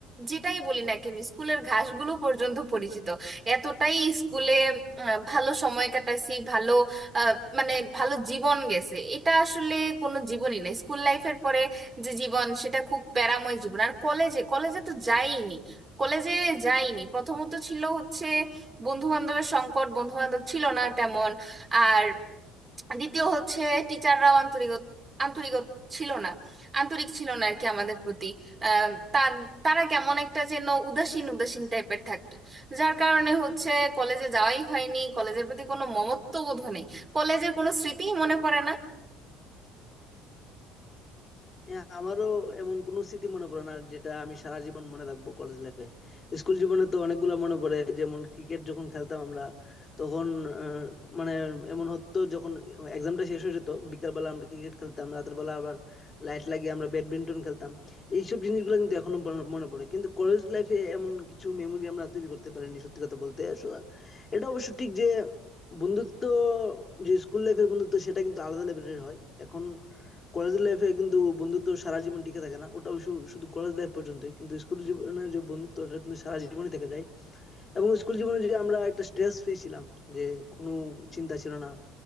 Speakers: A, on the right; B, on the left.
A: যেটাই বলি না কেন স্কুলের ঘাসগুলো পর্যন্ত পরিচিত এতটাই স্কুলে আহ, ভালো সময় কাটাইছি ভালো আহ, মানে ভালো জীবন গেছে এটা আসলে কোনো জীবনই না স্কুল লাইফের পরে যে জীবন সেটা খুব প্যারাময় জীবন আর কলেজে কলেজে তো যাইনি কলেজে যাইনি প্রথমত ছিল হচ্ছে বন্ধু বান্ধবের সংকট বন্ধু বান্ধব ছিল না তেমন আর দ্বিতীয় হচ্ছে টিচাররাও আন্তরিক আন্তরিক ছিল না আন্তরিক ছিল না আর কি আমাদের প্রতি আম, তার তারা কেমন একটা যেন উদাসীন উদাসীন টাইপের থাকতো যার কারণে হচ্ছে কলেজে যাওয়াই হয়নি কলেজের প্রতি কোনো মমত্ব বোধ নেই কলেজের কোনো স্মৃতিই মনে পড়ে না
B: হ্যাঁ আমারও এমন কোনো স্মৃতি মনে পড়ে না যেটা আমি সারা জীবন মনে রাখবো কলেজ লাইফে স্কুল জীবনে তো অনেকগুলো মনে পড়ে যেমন ক্রিকেট যখন খেলতাম আমরা তখন আহ, মানে এমন হতো যখন এক্সামটা শেষ হয়ে যেত বিকালবেলা আমরা ক্রিকেট খেলতাম রাতের বেলা আবার লাইট লাগিয়ে আমরা ব্যাডমিন্টন খেলতাম এইসব জিনিসগুলো কিন্তু এখনো মনে মনে পড়ে কিন্তু কলেজ লাইফে এমন কিছু মেমোরি আমরা তৈরি করতে পারিনি সত্যি কথা বলতে So, এটা অবশ্য ঠিক যে বন্ধুত্ব যে স্কুল লাইফের বন্ধুত্ব সেটা কিন্তু আলাদা লেভেলের হয় এখন কলেজ লাইফে কিন্তু বন্ধুত্ব সারা জীবন টিকে থাকে না ওটা অবশ্য শুধু কলেজ লাইফ পর্যন্তই কিন্তু স্কুল জীবনের যে বন্ধুত্ব ওটা কিন্তু সারা জীবনই থেকে যায় এবং স্কুল জীবনে যে আমরা একটা স্ট্রেস ফ্রি ছিলাম যে কোনো চিন্তা ছিল না